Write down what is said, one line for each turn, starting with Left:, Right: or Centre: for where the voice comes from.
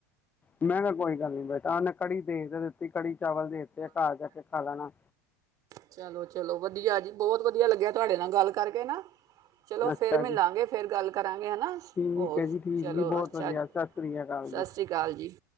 Left: ਮੈਂ ਕਿਹਾ ਕੋਈ ਗੱਲ ਨੀ ਬੇਟਾ। ਮੈਂ ਕੜੀ ਭੇਜ ਦਿੱਤੀ। ਕੜੀ-ਚਾਵਲ ਦੇ ਦਿੱਤੇ ਘਰ ਜਾ ਕੇ ਖਾ ਲੈਣਾ।
Right: ਚਲੋ-ਚਲੋ, ਵਧੀਆ ਜੀ ਬਹੁਤ ਵਧੀਆ ਲੱਗਿਆ ਤੁਹਾਡੇ ਨਾਲ ਗੱਲ ਕਰਕੇ ਨਾ। ਚਲੋ ਫਿਰ
Left: ਅੱਛਾ
Right: ਮਿਲਾਂਗੇ,
Left: ਜੀ
Right: ਫਿਰ ਗੱਲ ਕਰਾਂਗੇ ਨਾ
Left: ਠੀਕ
Right: ਹੋਰ
Left: ਹੈ ਜੀ ਠੀਕ
Right: ਚਲੋ,
Left: ਜੀ ਬਹੁਤ
Right: ਅੱਛਾ
Left: ਵਧੀਆ ਸਤਿ ਸ੍ਰੀ ਅਕਾਲ
Right: ਸ਼ਸ਼ੀ
Left: ਜੀ
Right: ਕਾਲ ਜੀ।